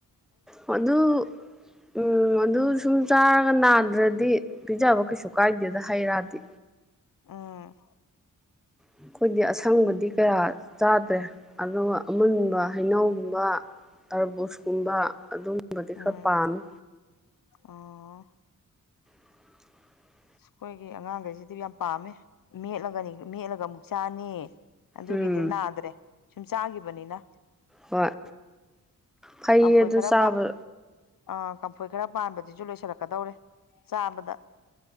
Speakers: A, in the centre; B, on the left.
A: ꯃꯗꯨ ꯎꯝ ꯑꯗꯨ ꯁꯨꯝ ꯆꯥꯔꯒ ꯅꯥꯗ꯭ꯔꯗꯤ ꯄꯤꯖꯕ ꯀꯩꯁꯨ ꯀꯥꯏꯗꯦꯗ ꯍꯩꯔꯥꯗꯤ
B: ꯎꯝ
A: ꯑꯩꯈꯣꯏꯗꯤ ꯑꯁꯪꯕꯗꯤ ꯀꯌꯥ ꯆꯥꯗ꯭ꯔꯦ ꯑꯗꯨꯒ ꯑꯃꯨꯟꯕ ꯍꯩꯅꯧꯒꯨꯝꯕ ꯇꯔꯕꯨꯁꯀꯨꯝꯕ ꯑꯗꯨꯝꯕꯗꯤ
B: ꯎꯝ
A: ꯈꯔ ꯄꯥꯝꯃꯤ
B: ꯑꯣ
A: <inaudible>
B: ꯑꯩꯈꯣꯏꯒꯤ ꯑꯉꯥꯡꯈꯩꯁꯤꯗꯤ ꯌꯥꯝ ꯄꯥꯝꯃꯦ ꯃꯦꯠꯂꯒꯅꯤ ꯃꯦꯠꯂꯒ ꯑꯃꯨꯛ ꯆꯥꯅꯤ ꯑꯗꯨꯒꯤꯗꯤ
A: ꯎꯝ
B: ꯅꯥꯗ꯭ꯔꯦ ꯁꯨꯝ ꯆꯥꯒꯤꯕꯅꯤꯅ
A: ꯍꯣꯏ ꯐꯩꯌꯦ
B: ꯀꯝꯐꯣꯏ
A: ꯑꯗꯨ
B: ꯈꯔ
A: ꯆꯥꯕ
B: ꯑꯥ ꯀꯝꯐꯣꯏ ꯈꯔ ꯄꯥꯟꯕꯁꯤꯁꯨ ꯂꯣꯏꯁꯤꯜꯂꯛꯀꯗꯧꯔꯦ ꯆꯥꯕꯗ